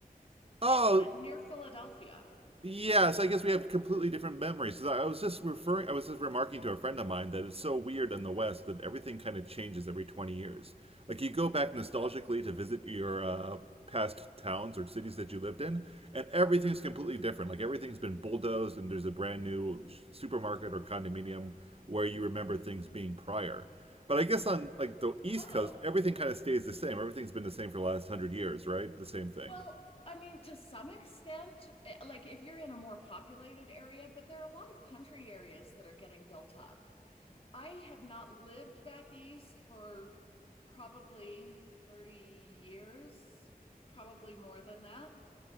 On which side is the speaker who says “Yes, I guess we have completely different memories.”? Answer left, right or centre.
Right